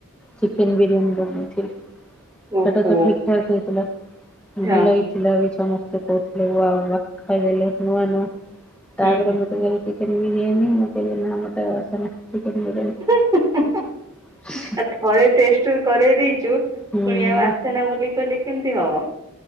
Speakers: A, in the centre; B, on the right.
A: ଚିକେନ୍ ବିରିୟାନୀ ବନେଇଥିଲି।
B: ଓହୋ
A: ସେଟା ତ ଠିକ୍ ଠାକ୍ ହେଇଥିଲା
B: ହଁ
A: ଭଲଲାଇ ଥିଲା ବି ସମସ୍ତେ କହୁଥୁଲେ ୱାଆ ୱାଆ ଖାଇ ଦେଲେ ନୂଆ ନୂଆ ତାପରେ
B: ହୁଁ
A: ମତେ କହିଲେ ଚିକେନ୍ ବିରିୟାନୀ ମତେ ବିନା ମତେ ଆଉ ଅସେନା। ଚିକେନ୍ ବିରିୟାନୀ।
B: ହୁଁ। ଆ ଥରେ ଟେଷ୍ଟ କରେଇ ଦେଇଚୁ ଫୁଣି
A: ହୁଁ
B: ଆଉ ଆସେନା ବୋଲି କହିଲେ କେମିତି ହବ?